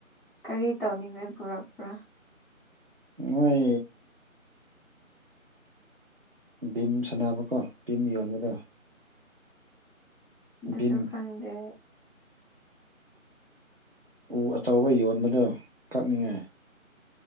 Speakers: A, in the centre; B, on the right.
A: ꯀꯔꯤ ꯇꯧꯅꯤꯡꯉꯥꯏ ꯄꯨꯔꯛꯄ꯭ꯔꯥ
B: ꯃꯣꯏ ꯚꯤꯝ ꯁꯥꯟꯅꯕꯀꯣ ꯕꯤꯝ ꯌꯣꯟꯕꯗ
A: ꯑꯗꯨꯁꯨ
B: ꯚꯤꯝ
A: ꯈꯪꯗꯦ
B: ꯎ ꯑꯆꯧꯕ ꯌꯣꯟꯕꯗꯣ ꯀꯛꯅꯤꯡꯉꯥꯏ